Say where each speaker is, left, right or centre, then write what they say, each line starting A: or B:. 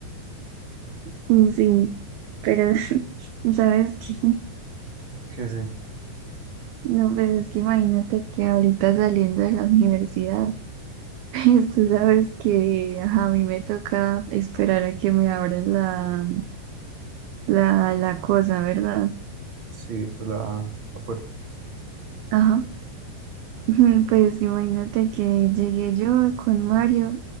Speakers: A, on the right; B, on the right.
A: mm, sí, pero <laughs> ¿sabes qué?
B: ¿Qué sé?
A: No, pero es que imagínate que ahorita saliendo de la universidad, <laughs> tú sabes que ajá, a mí me toca esperar a que me abran la, la, la cosa, ¿verdad?
B: Sí, pues la, la puerta.
A: Ajá. <laughs> Pues imagínate que llegué yo con Mario